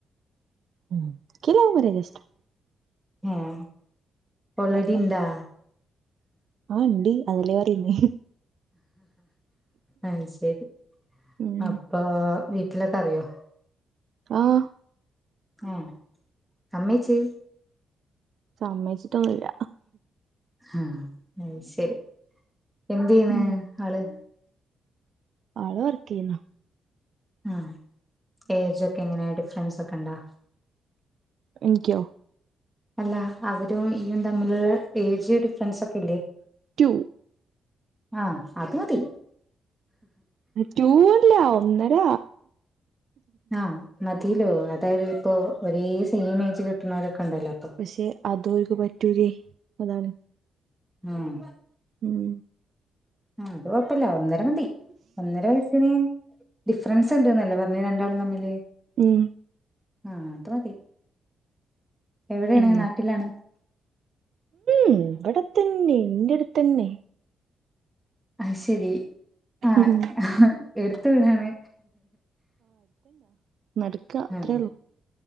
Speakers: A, on the right; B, in the centre.
A: ഉം ഇയ്ക്ക്‌ ലവ് മേരെജാ ഇഷ്ടം
B: ഏഹ് ഓൾറെഡി
A: യാ യാ
B: ണ്ടാ
A: ആഹ് ണ്ട് അതല്ലേ പറയുന്നേ
B: അയ്ശരി
A: ഉം
B: അപ്പൊ വീട്ടിലൊക്കെ അറിയോ
A: ആഹ്
B: ഏഹ് സമ്മയ്ച്ച്
A: സമ്മയ്ച്ചിട്ടൊന്നുല്ല
B: ആഹ് അയ്ശരി എന്തയ്യണ്
A: ഉം
B: ആള്
A: ആള് വർക്കെയ്യ്ന്ന
B: ആഹ് ഏജ ഒക്കെ എങ്ങനെ ഡിഫറൻസ് ഒക്കെണ്ടാ
A: എനിക്കോ
B: അല്ല അവരും നീയും തമ്മിലുള്ള ഏജ് ഡിഫറെൻസ് ഫ്രണ്ട്സൊക്കെ ഇല്ലേ
A: ടു
B: ആഹ് അത് മതി
A: ടു അല്ല ഒന്നര
B: ആഹ് മതിലോ അതായത് ഇപ്പോ ഒരേ സെയിം ഏജ് കിട്ടുന്നവരൊക്കെ ഉണ്ടല്ലോ ഇപ്പൊ
A: പക്ഷെ അതോൽക്ക് പറ്റൂലെ അതാണ്
B: ആഹ്
A: ഉം
B: ആഹ് അത് കൊഴപ്പല്ല ഒന്നര മതി ഒന്നര വയസ്സിന് ഡിഫ്റൻസ് ണ്ട്ന്നല്ലെ പർഞ്ഞെ ര ണ്ടാളും തമ്മില്
A: ഉം
B: ആഹ് അത് മതി എവിടെയാണ്
A: ഉം
B: നാട്ടിലാണ്
A: ഇവടെത്തന്നെ ഇന്റെട്ത്തന്നെ
B: അയ്ശെരി ആഹ്
A: ഉം
B: ആഹ് എട്ത്ത് വീടാണ്
A: നട്ക്കാ അത്രേള്ളൂ
B: ആഹ്